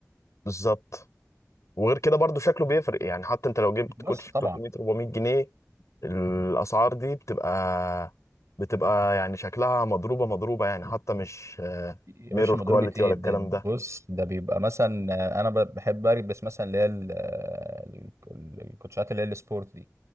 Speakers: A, on the left (about 65°); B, on the right (about 65°).
A: بالظبط وغير كده برضه شكله بيفرق يعني حتى انت لو جبت
B: بس
A: كوتش
B: طبعا
A: ب 300 400 جنيه الاسعار دي بتبقى بتبقى يعني شكلها مضروبه مضروبه يعني حتى مش
B: يا
A: ميرور
B: باشا مضروبة
A: كواليتي
B: ايه
A: ولا
B: ده,
A: الكلام
B: ده
A: ده
B: بص ده بيبقى مثلا آه، انا ب- بحب البس مثلا اللي هي ال- آه، ال- ال- الكوتشات اللي هي السبورت دي